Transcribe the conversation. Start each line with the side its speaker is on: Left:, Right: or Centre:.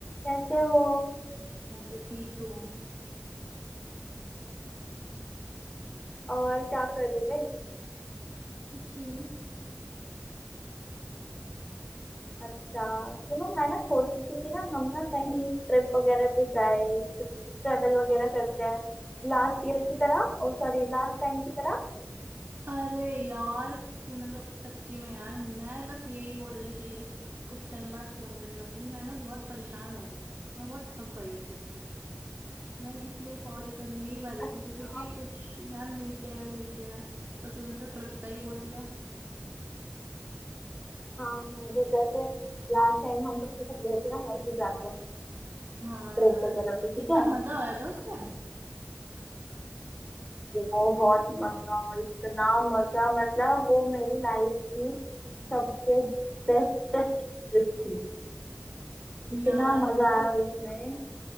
Left: कैसे हो
Right: मैं तो ठीक हूँ
Left: और क्या कर रहे थे
Right: कुछ नहीं
Left: अच्छा सुनो मैं ना सोच रही थी कि ना हम ना कहीं ट्रिप वगैरह पे जाए कुछ ट्रेवल वगैरह करते हैं लास्ट ईयर की तरह ओ सॉरी लास्ट टाइम की तरह
Right: अरे यार तूने तो सच्ची में यार मैं बस यही बोलने के लिए कुछ टाइम बाद फोन करने वाली थी मैं ना बहुत परेशान हो गई हूँ मैं बहुत थक गई हूँ सच्ची में मैं इसलिए कॉल करने ही वाली
Left: अच्छा
Right: थी तुझे कि कुछ यार मिलते हैं मिलते हैं पर तूने तो ट्रिप का ही बोल दिया
Left: हाँ जो जैसे लास्ट टाइम हम सबके सब गए थे ना वैसे ही जाते हैं
Right: हाँ
Left: ट्रिप
Right: यार
Left: वगैरह पे ठीक
Right: कितना
Left: है
Right: मजा आया था उस टाइम
Left: बहुत मजा इतना मजा मतलब वो मेरी लाइफ की सबसे बेस्टेस्ट ट्रिप थी
Right: यार
Left: इतना मजा
Right: मतलब
Left: आया उसमें